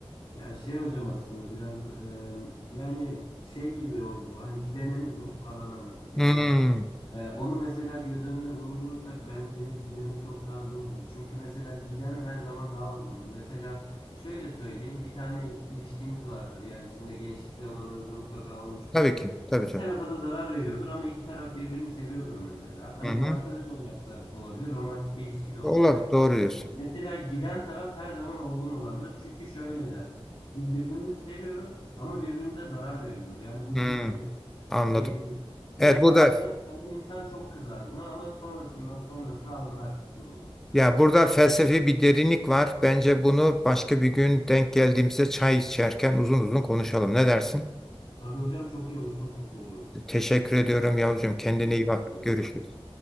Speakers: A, on the left; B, in the centre.
A: Ya şey hocam aslında biraz e, yani şey gibi oldu bu hani gidene mi zor kalana mı? Yani
B: Hmm.
A: e, onu mesela göz önünde bulundurursak bence gidene çok daha zordur. Çünkü mesela giden her zaman daha olgundur. Mesela şöyle söyleyeyim bir tane ilişkiniz vardır yani sizin de gençlik zamanlarınızda mutlaka olmuştur.
B: Tabii ki. Tabii
A: İki
B: tabii.
A: tarafa da zarar veriyordur ama iki taraf birbirini seviyordur mesela. Hani
B: Hı hı.
A: bu arkadaş olarak da olabilir romantik bir ilişki de olabilir.
B: Olabilir. Doğru diyorsun.
A: Mesela giden taraf her zaman olgun olandır. Çünkü şöyle der. Biz birbirimizi seviyoruz ama birbirimize zarar veriyoruz. Yani bu
B: Hmm.
A: bitmeli
B: Anladım.
A: diyebilir. Ve
B: Evet burada
A: bazen kalan insan çok kızar buna ama sonrasından sonrasına anlar durumu.
B: ya burada felsefi bir derinlik var. Bence bunu başka bir gün denk geldiğimizde çay içerken uzun uzun konuşalım. Ne dersin?
A: Tabii hocam çok iyi olur, çok mutlu olurum.
B: Teşekkür ediyorum yavrucuğum. Kendine
A: Ben teşekkür
B: iyi bak.
A: ederim.
B: Görüşürüz.